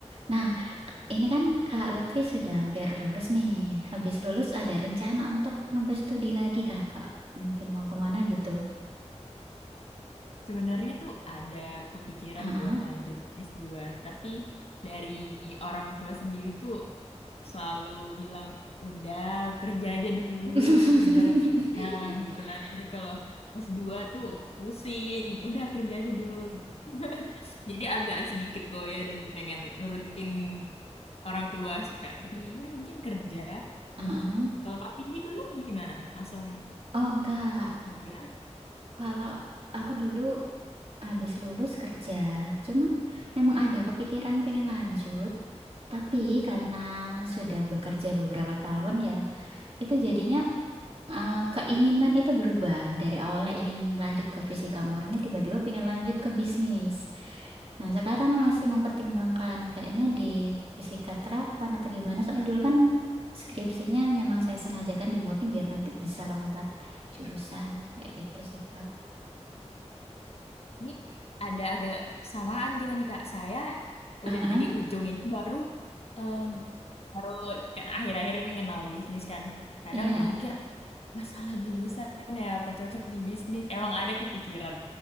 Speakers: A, on the right; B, on the left.
A: Nah, ini kan Kak Lutfi sudah hampir lulus nih. Habis lulus ada rencana untuk nambah studi lagi, Kakak? Mungkin mau kemana gitu.
B: Sebenarnya tuh ada kepikiran
A: ah ah,
B: buat lanjut s dua tapi dari orang tua sendiri tuh selalu bilang, udah kerja aja dulu,
A: <laughs>
B: kerja lebih enak gitu. Nanti kalau s dua tuh pusing, udah kerja aja dulu. <laughs> Jadi agak sedikit goyah dan pengen nurutin orang tua sih, Kak. Jadi ya mungkin kerja.
A: ah ah,
B: Kalau Kak Vindi dulu gimana? Langsung
A: Oh, enggak.
B: kerja?
A: Kalau aku dulu habis lulus kerja. Cuman memang ada kepikiran pengen lanjut, tapi karena sudah bekerja beberapa tahun ya, itu jadinya eh, keinginan itu berubah. Dari awalnya ingin lanjut ke fisika murni, tiba-tiba pengen lanjut ke bisnis. Nah, sekarang masih mempertimbangkan kayaknya di fisika terapan atau gimana. Soalnya dulu kan skripsinya memang saya sengajakan di murni biar nanti bisa lompat jurusan. Kayak gitu sih, Kak.
B: Ini ada agak samaan kita nih Kak. Saya udah
A: Heeh,
B: di ujung ini baru eh, baru kan akhir-akhir ini kenal bisnis kan. Kadang
A: Iya.
B: mikir masalah jurusan ya apa cocok di bisnis. Emang ada kepikiran